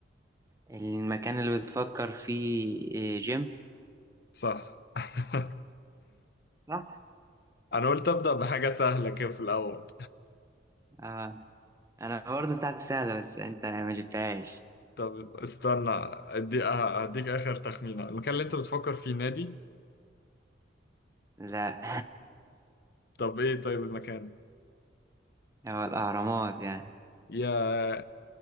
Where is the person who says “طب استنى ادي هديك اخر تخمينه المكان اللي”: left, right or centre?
Left